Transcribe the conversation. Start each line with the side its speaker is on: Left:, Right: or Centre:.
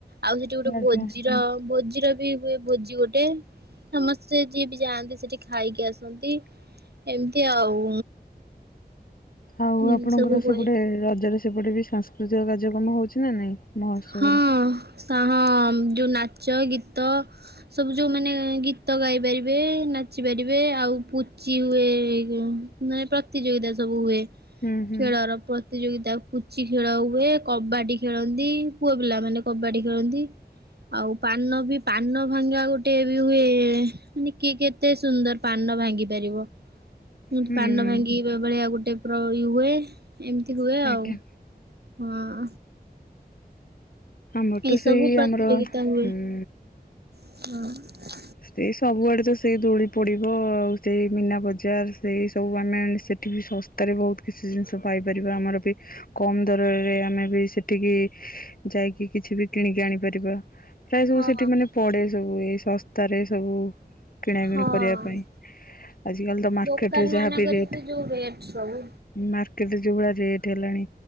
Right: ଆଉ ସେଠି ଗୋଟେ
Left: ଆଜ୍ଞା।
Right: ଭୋଜିର ଭୋଜ ଜିର ବି ହୁଏ ଭୋଜି ଗୋଟେ ସମସ୍ତେ ଯିଏ ବି ଯାଆନ୍ତି ସେଠି ଖାଇକି ଆସନ୍ତି ଏମତି ଆଉ। ଏମିତି
Left: ଆଉ ଆପଣଙ୍କର
Right: ସବୁ
Left: ସେପଟେ
Right: ହୁଏ
Left: ରଜରେ ସେ ସେପଟେ ବି ସାଂସ୍କୃତିକ କାର୍ଯ୍ୟକ୍ରମ ହଉଛି। ନା ନାଇଁ ମହୋତ୍ସବରେ।
Right: ହଁ ହଁ ଯୋଉ ନାଚ ଗୀତ ସବୁ ଯୋଉମାନେ ଗୀତ ଗାଇ ପାରିବେ ନାଚି ପାରିବେ ଆଉ ପୁଚି ହୁଏ ମାନେ ପ୍ରତିଯୋଗିତା ସବୁ ହୁଏ।
Left: ହୁଁ ହୁଁ
Right: ଖେଳର ପ୍ରତିଯୋଗିତା ପୁଚି ଖେଳ ହୁଏ କବାଡି ଖେଳ ନ୍ତୀ ପୁଅ ପିଲା ମାନେ କବାଡି ଖେଳନ୍ତି ଆଉ ପାନ ବି ପାନ ଭାଙ୍ଗିବା ଗୋଟେ ବି ହୁଏ ମାନେ କି କେତେ ସୁନ୍ଦର ପାନ ଭାଙ୍ଗି ପାରିବ। ମୁଁ
Left: ହୁଁ
Right: ପାନ ଭାଙ୍ଗିବା ବା ଭଳିଆ ଗୋ ଟେପ୍ରୋରି ହୁଏ। ଏମିତି ହୁଏ
Left: ଆଜ୍ଞା
Right: ଆଉ। ହଁ।
Left: ଆମର
Right: ଏଇ
Left: ତ ସେଇ
Right: ସବୁ ପ୍ରତିଯୋଗିତା
Left: ଆମର
Right: ହୁଏ
Left: ହୁଁ।
Right: ହଁ।
Left: ସେଇ ସବୁଆଡେ ତ ସେଇ ଦୋଳି ପଡିବ ଆଉ ସେଇ ମିନା ବଜାର ସେଇ ସବୁ ଆମେ ମାନେ ସେଠି ବି ଶସ୍ତାରେ ବହୁତ କିଛି ଜିନିଷ ପାଇପାରିବା ଆମର ବି କମ ଦରରେ ଆମେ ବି ସେଠିକି ଯାଇ। କି କିଛି ବି କିଣିକି ଆଣିପାରିବ ପ୍ରାୟ ସବୁ
Right: ହଁ
Left: ସେଠି ମାନେ ପଡେ ସବୁ ଏଇ ସ ତାରେ। ସବୁ କିଣାକିଣି
Right: ହଁ
Left: କରିବା ପାଇଁ ଆଜିକାଲି ତ ମାର୍କେଟରେ
Right: ଦୋକାନ
Left: ଯାହାବି
Right: ମାନଙ୍କରେ
Left: ରେଟ୍
Right: ତ ଯୋଉ ରେଟ୍ ସବୁ
Left: ମାର୍କେଟରେ ଯଉଭଳିଆ ରେଟ୍। ହେଲାଣି।